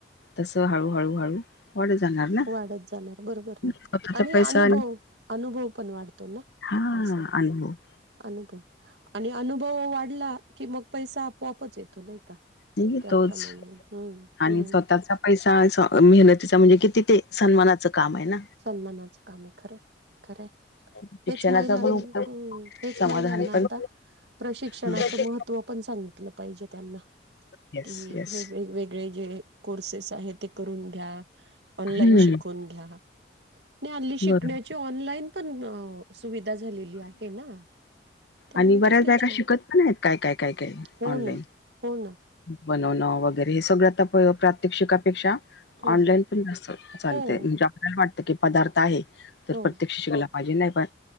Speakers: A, on the left; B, on the right.
A: तस हळू हळू वाढ जाणार ना
B: वाढत जाणार बरोबर ना
A: स्वतःचा
B: आणि
A: पैसा
B: अनुभव, अनुभव पण वाढतो ना
A: हा
B: असं
A: अनुभव
B: अनुभव आणि अनुभव वाढला की मग पैसा आपोआपच येतो नाही का
A: नाही
B: त्याप्रमाणे
A: तोच
B: हम्म
A: आणि
B: हम्म
A: स्वतःचा पैसा ऐसा मेहनतीचा म्हणजे किती ते सन्मानात च काम आहे ना
B: सन्मानाचं काम आहे खरयं खरंय
A: शिक्षणाचा
B: हेच महिलाना
A: पण उपयोग
B: हम हेच
A: समाधान
B: महिलाना
A: पण
B: आता प्रशिक्षणाचं
A: ह
B: महत्त्व पण सांगित सांगितलं पाहिजे त्यांना,
A: येस
B: कि
A: येस
B: हे वेगवेगळे जे कोर्सेस आहे ते करून घ्या, ऑनलाईन
A: हम्म.
B: शिकवून घ्या. नाही हल्ली शिकण्याची
A: बरोबर
B: ऑनलाईन पण अ सुविधा झालेली आहे ना. त्यामुळे
A: आणि बऱ्याच
B: किती
A: बायका
B: छान
A: शिकत पण आहेत काय- काय, काय -काय
B: हो
A: ऑनलाईन
B: ना हो ना
A: बनवणं वगैरे हे सगळ आता प्रात्यक्षिकापेक्षा
B: हो
A: ऑनलाईन पण जास्त चालतय
B: हो
A: म्हणजे आपल्याला वाटत की पदार्थ आहे तर
B: हो
A: प्रत्येक शिक्षकला माझी नाही पण